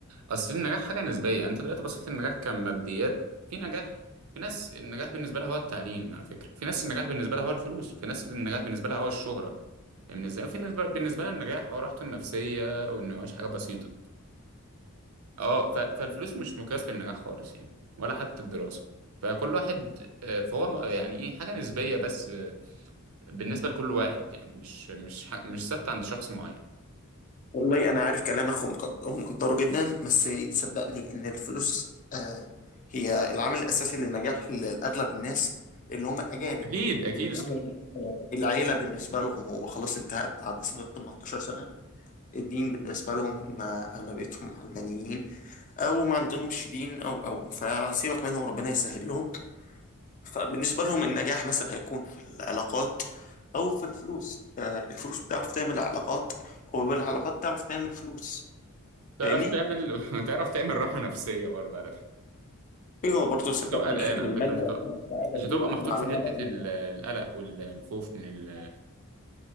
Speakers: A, on the right; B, on the left.
A: اصل النجاح حاجه نسبيه يعني انت دلوقتي بصيت للنجاح كماديات في نجاح في ناس النجاح بالنسبه لها هو التعليم على فكره في ناس النجاح بالنسبه لها هو الفلوس في ناس النجاح بالنسبه لها هو الشهره فاهمني ازاي وفي ناس بالنسبه لها النجاح هو راحته النفسيه وانه يعيش حاجه بسيطه اه ف- فالفلوس مش مقياس للنجاح خالص يعني ولا حتى الدراسه فكل واحد آه، فهو م- يعني ايه حاجه نسبيه بس آه، بالنسبه لكل واحد يعني مش مش ح- مش ثابته عند شخص معين
B: والله انا عارف كلامك ومقد- ومقدره جدا بس صدقني ان الفلوس آه، هي العامل الاساسي للنجاح لاغلب الناس اللي هم الاجانب
A: اكيد
B: ان
A: اكيد
B: بالنسبه
A: اه
B: لهم آه، العيله بالنسبه لهم هو خلاص انتهت بعد سن ال 18 سنه الدين بالنسبه لهم هم اغلبيتهم علمانيين او ما عندهمش دين او او فسيبك منهم ربنا يسهل لهم فبالنسبه لهم النجاح مثلا هيكون في العلاقات او في الفلوس آه، الفلوس بتعرف تعمل علاقات وبالعلاقات تعرف تعمل فلوس
A: تعرف
B: فاهمني
A: تعمل <laughs> تعرف تعمل راحه نفسيه برضه على فكره
B: ايوه برضه صدقني
A: تبقى قلقان على
B: المال
A: فكرة مش هتبقى
B: اصلا والسعاده
A: مش
B: دي
A: هتبقى محطوط
B: معلومه
A: في حتة
B: ضعيفه
A: ال- القلق والخوف من ال